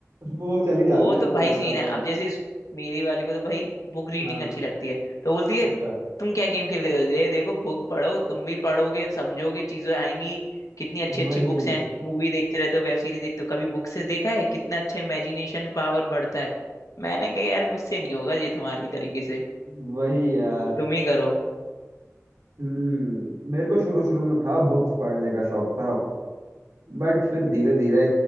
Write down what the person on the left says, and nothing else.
वो
तो
भाई
सीन
है
अब जैसे इस, मेरी वाली को तो भाई बुक रीडिंग
अच्छी लगती है तो बोलती
है तुम क्या गेम खेलते हो दे देखो बुक पढ़ो तुम भी पढ़ोगे समझोगे चीजें आएंगी कितनी अच्छी
अच्छी बुक्स हैं मूवी देखते रहते हो वेब सीरीज देखते हो कभी बुक से देखा है कितना अच्छा इमेजिनेशन पावर बढ़ता है मैंने कहा यार मुझसे नहीं होगा ये तुम्हारी तरीके से
तुम ही करो